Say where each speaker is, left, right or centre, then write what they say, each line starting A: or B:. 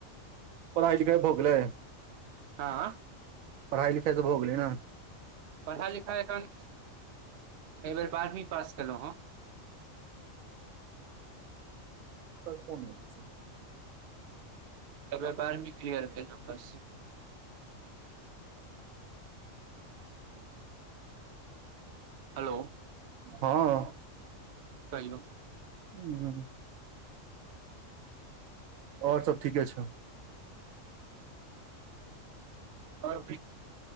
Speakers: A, on the right; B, on the right.
A: पड़ाइ - लिखाय भऽ गेलै।
B: आँ
A: पढ़ाइ लिखाइ सब भऽ गेलै नऽ।
B: पढ़ाइ-लिखाइ एखन एयबेर बारहमी पास केलौ हँ।
A: तब कोन <unintelligible>
B: एय बेर बारमी क्लियर भेल हँ बस। हलो।
A: हँ
B: कहियौ
A: हू। और सब ठीके छै।
B: और